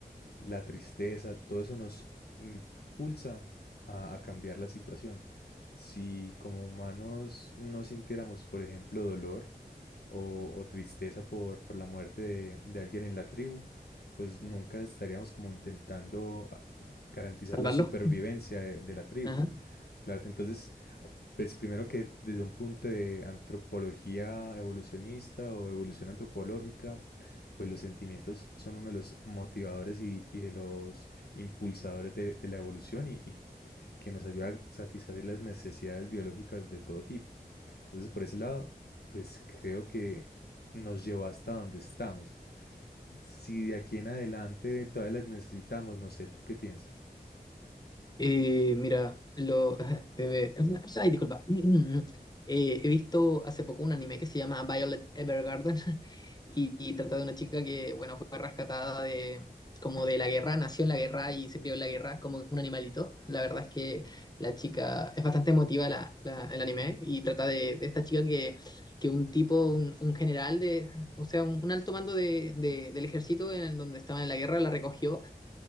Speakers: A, on the left (about 75°); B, on the left (about 25°).
A: la tristeza, todo eso nos impulsa a, a cambiar la situación. Si como humanos no sintiéramos, por ejemplo, dolor, o, o tristeza por, por la muerte de, de alguien en la tribu, pues nunca estaríamos como intentando ah, garantizar
B: ¿Salvarlo?
A: la supervivencia de, de la tribu.
B: Ajá.
A: Claro, entonces, pues primero que desde un punto de antropología evolucionista o evolución antropológica, pues los sentimientos son uno de los motivadores y, y de los impulsadores de, de la evolución y, y que nos ayuda a satisfacer las necesidades biológicas de todo tipo. Entonces, por ese lado, pues creo que nos llevó hasta donde estamos. Si de aquí en adelante todas las necesitamos, no sé, ¿tú qué piensas?
B: Eh, mira, lo. <laughs> eh, ay, disculpa. <clears throat> Eh, he visto hace poco un anime que se llama Violet Evergarden <laughs> y, y trata de una chica que, bueno, fue rescatada de como de la guerra, nació en la guerra y se crió en la guerra como un animalito. La verdad es que la chica es bastante emotiva la, la- el anime y trata de, de esta chica que, que un tipo, un, un general de, o sea, un, un alto mando de, de- del ejército en donde estaban en la guerra la recogió